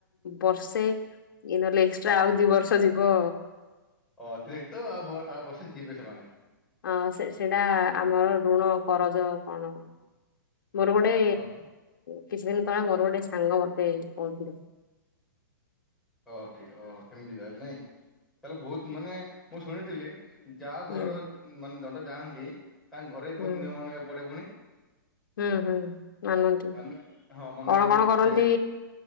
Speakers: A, on the left; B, in the centre.
A: ବର୍ଷେ ଇ ନହେଲେ ଏକ୍ସଟ୍ରା ଆଉ ଦି ବର୍ଷ ଯିବ।
B: ଅ ଅତିରିକ୍ତ ଆଉଉ ବସେ ଯିବେ ସେମାନେ?
A: ଅ ସେ ସେଇଟା ଆମର ଋଣ କରଜ। କଣ ମୋର ଗୋଟେ
B: ଓ
A: କିଛି ଦିନ ତଳେ ମୋର ଗୋଟେ ସାଙ୍ଗ ମତେ କହୁଥିଲେ।
B: ଓ ଠିକ୍ ଓ ସେମିତି ତାହେଲେ ନାଇଁ ତାହେଲେ ବହୁତ ମାନେ ମୁଁ ଶୁଣିଥିଲି। ଯାହା
A: ହୁଁ
B: ଘରର ମାନେ ଦଣ୍ଡ ଯାଆନ୍ତି ତାଙ୍କ ଘରେ ବି
A: ହୁଁ
B: ବହୁତ ନି ମାନ ପଡେ ପୁଣି
A: ହୁଁ ହୁଁ ନାନନ୍ତି
B: ମାନେ ହଁ ମାନେ
A: କଣ କଣ କରନ୍ତି
B: ସେ